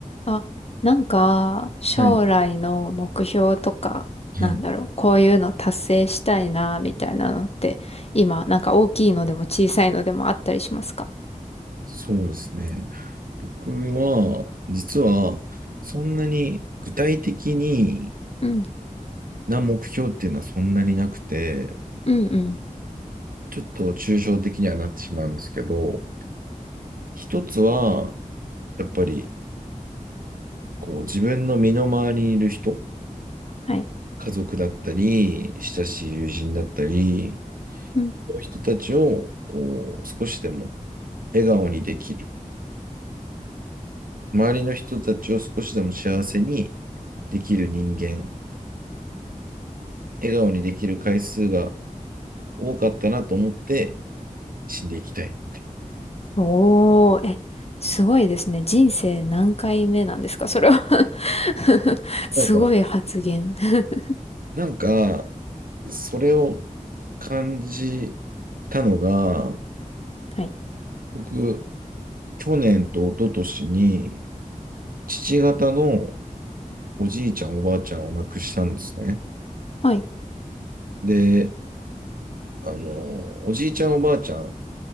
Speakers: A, on the left; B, on the right.
A: あ、なんか、将来の目標とか、
B: はい、はい、
A: なんだろう、こういうの達成したいな、みたいなのって、今、なんか大きいのでも小さいのでもあったりしますか
B: そうですね。僕は、実は、そんなに具体的に
A: うん、
B: な目標っていうのはそんなになくて、
A: うんうん。
B: ちょっと抽象的にはなってしまうんですけど、一つは、やっぱり、こう、自分の身の回りにいる人、
A: はい。
B: 家族だったり、親しい友人だったり、
A: うん。
B: そういう人たちを、こう、少しでも笑顔にできる。周りの人たちを少しでも幸せにできる人間笑顔にできる回数が多かったなと思って死んでいきたい。
A: おー、え、すごいですね。人生何回目なんですかそれは <laughs> すごい発言
B: なんか、
A: <laughs>
B: なんか、それを感じたのが、
A: はい。
B: 僕、去年と一昨年に、父方のおじいちゃん、おばあちゃんを亡くしたんですね。
A: はい。
B: で、あの、おじいちゃん、おばあちゃん